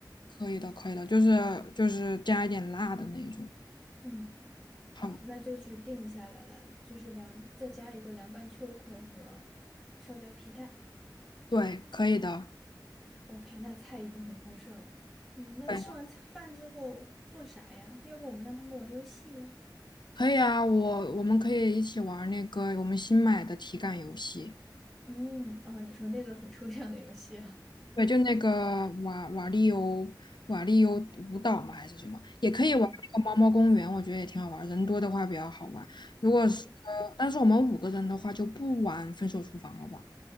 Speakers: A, on the left; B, in the centre.
A: 可以的，可以的，就是就是加一点辣的那一种。
B: 嗯，好，
A: 好，
B: 那就是定下来了，就是凉，再加一个凉拌秋葵和烧焦皮蛋。
A: 对，可以的，
B: OK，那菜已经很丰盛了。嗯，那吃完菜饭之后做啥呀？
A: 对，
B: 要不我们让他们玩游戏呀
A: 可以啊。我我们可以一起玩那个我们新买的体感游戏。
B: 嗯，哦，你说那个很抽象的游戏啊。
A: 对，就那个瓦瓦力欧瓦力欧舞蹈嘛，还是什么，也可以玩那个猫猫公园，
B: 嗯，
A: 我觉得也挺好玩儿人多的话比较好玩，如果是呃，
B: 可以。
A: 但是我们五个人的话就不玩分手厨房了吧？